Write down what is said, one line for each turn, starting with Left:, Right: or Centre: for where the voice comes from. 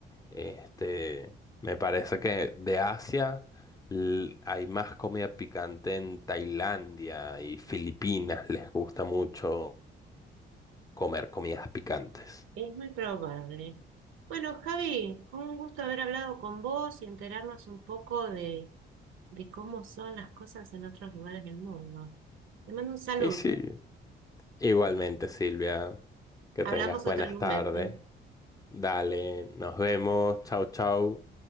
Left: Este, me parece que de Asia l- hay más comida picante en Tailandia y Filipinas, les gusta mucho comer comidas picantes.
Right: Es muy probable. Bueno, Javi, un gusto haber hablado con vos y enterarnos un poco de, de cómo son las cosas en otros lugares del mundo. Te mando un saludo.
Left: Y sí, igualmente Silvia, que
Right: Hablamos
Left: tengas
Right: otro
Left: buenas
Right: momento.
Left: tardes. Dale, nos vemos, chau chau.